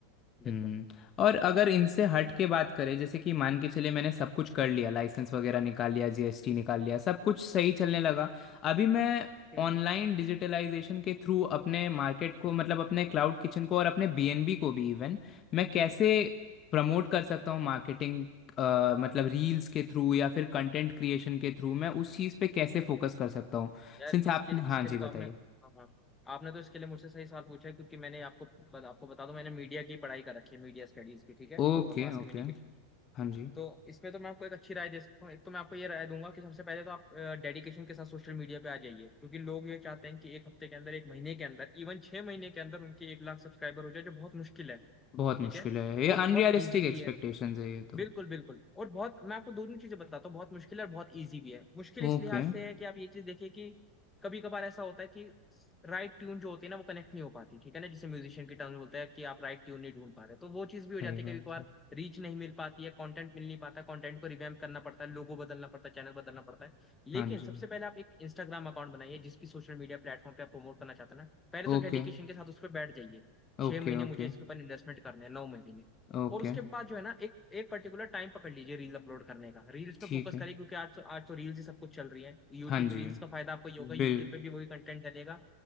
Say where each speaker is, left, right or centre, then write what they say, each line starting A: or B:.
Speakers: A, on the left (about 40°); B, on the left (about 15°).
A: हम्म
B: बिल्कुल
A: और अगर इनसे हट के बात करें जैसे कि मान के चले मैंने सब कुछ कर लिया लाइसेंस वगैरह निकाल लिया जीएसटी निकाल लिया सब कुछ सही चलने लगा अभी मैं
B: हम्म
A: ऑनलाइन
B: हम्म।
A: डिजिटलाइजेशन के थ्रू अपने मार्केट को मतलब अपने क्लाउड किचन को और अपने बीएनबी को भी इवन मैं कैसे प्रमोट कर सकता हूँ मार्केटिंग मतलब रील्स के थ्रू या फिर कंटेंट क्रिएशन के थ्रू मैं उस चीज़ पे कैसे फोकस कर सकता हूँ
B: यार
A: सिंस
B: इसके
A: आप
B: लिए
A: हाँ
B: इसके
A: जी
B: लिए
A: बताइए
B: तो आपने हाँ हाँ आपने तो इसके लिए मुझसे सही सवाल पूछा है क्योंकि मैंने आपको आपको बता दूं मैंने मीडिया की पढ़ाई कर रखी है मीडिया स्टडीज की ठीक है
A: Okay
B: और मास कम्युनिकेशन
A: okay हाँ जी
B: तो इसमें तो मैं आपको एक अच्छी राय दे सकता हूँ एक तो मैं आपको ये राय दूंगा कि सबसे पहले तो आप डेडिकेशन के साथ सोशल मीडिया पे आ जाइए क्योंकि लोग ये चाहते हैं कि एक हफ्ते के अंदर एक महीने के अंदर इवन छह महीने के अंदर उनके एक लाख सब्सक्राइबर हो जाए जो बहुत मुश्किल है
A: बहुत
B: ठीक
A: मुश्किल
B: है
A: है ये
B: और
A: अनरियलिस्टिक
B: बहुत ईजी
A: एक्सपेक्टेशंस
B: भी है
A: है ये तो
B: बिल्कुल बिल्कुल और बहुत मैं आपको दोनों चीजें बताता हूँ बहुत मुश्किल है और बहुत इजी भी है मुश्किल इस
A: ओके
B: लिहाज से है कि आप ये चीज देखिए कि कभी कभार ऐसा होता है कि राइट ट्यून जो होती है ना वो कनेक्ट नहीं हो पाती ठीक है ना जिसे म्यूजिशियन की टर्म में बोलते हैं कि आप राइट ट्यून नहीं ढूंढ पा रहे तो वो चीज भी
A: सही
B: हो जाती
A: बात
B: है कभी कभार
A: है
B: रीच नहीं मिल पाती है कंटेंट मिल नहीं पाता कंटेंट को रिवैम्प करना पड़ता है लोगो बदलना पड़ता है चैनल बदलना पड़ता है
A: हाँ
B: लेकिन
A: जी
B: सबसे पहले आप एक इंस्टाग्राम अकाउंट बनाइए जिस भी सोशल मीडिया प्लेटफॉर्म पे आप प्रमोट करना चाहते हैं ना पहले तो
A: Okay
B: डेडिकेशन के साथ उस पर बैठ जाइए छह
A: okay
B: महीने
A: Okay
B: मुझे इसके ऊपर इन्वेस्टमेंट करने हैं नौ महीने
A: okay
B: और उसके बाद जो है ना एक एक पर्टिकुलर टाइम पकड़ लीजिए रील अपलोड करने का रील्स
A: ठीक
B: पे फोकस
A: है
B: करिए क्योंकि आज तो आज तो रील्स ही सब कुछ चल रही है यूट्यूब
A: हाँ जी
B: रील्स का फायदा आपको ये होगा यूट्यूब
A: बिल
B: पे भी वही कंटेंट डलेगा